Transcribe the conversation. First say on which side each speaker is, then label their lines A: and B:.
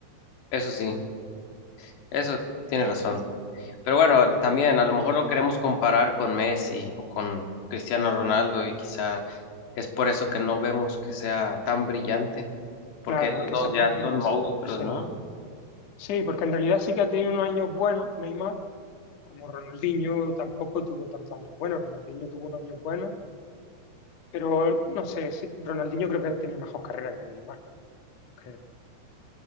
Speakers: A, on the left; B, on the left.
A: eso sí, eso tienes razón. Pero bueno, también a lo mejor lo queremos comparar con Messi o con Cristiano Ronaldo y quizá es por eso que no vemos que sea tan brillante.
B: Claro,
A: porque esos
B: es que
A: dos
B: esa gente,
A: ya son
B: no
A: monstruos,
B: sé, sí,
A: ¿no?
B: sí, porque en realidad sí que ha tenido unos años buenos, Neymar, como Ronaldinho tampoco tuvo tantos años buenos, Ronaldinho tuvo unos años buenos, pero no sé, sí, Ronaldinho creo que ha tenido mejor carrera que Neymar. que,